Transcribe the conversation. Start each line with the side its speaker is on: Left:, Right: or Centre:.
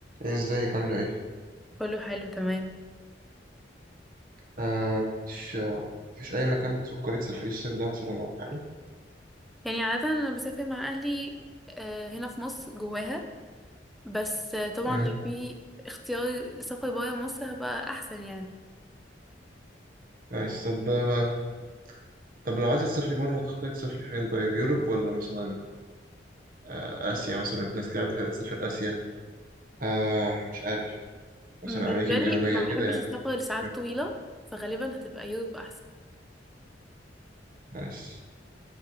Right: ايه ازيك عاملة ايه؟
Centre: كله حلو تمام
Right: آه مش آه مفيش أي مكان بتفكري تسافري الصيف ده مثلا ولا حاجة؟
Centre: يعني عادة أنا بسافر مع أهلي آه، هنا في مصر جواها بس آه، طبعا
Right: مم.
Centre: لو في اختيار لسفر برا مصر هبقى أحسن يعني
Right: كويس طب ده بقى طب لو عايزة تسافري بره هتختاري تسافري فين طيب؟ يوروب ولا مثلا آه آسيا مثلا في ناس كتير بتحب تسافر آسيا آه مش عارف
Centre: بالنسبة
Right: مثلا أمريكا الجنوبية
Centre: لي ما بحبش
Right: كده يعني
Centre: السفر لساعات
Right: مم.
Centre: طويلة فغالبا هتبقى يوروب أحسن
Right: كويس